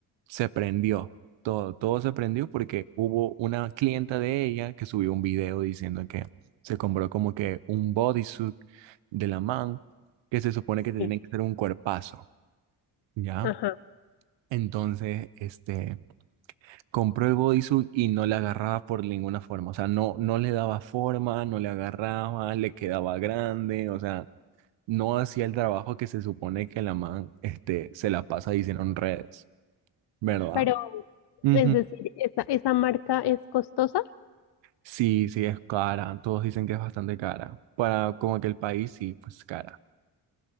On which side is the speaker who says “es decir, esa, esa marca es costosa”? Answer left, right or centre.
Left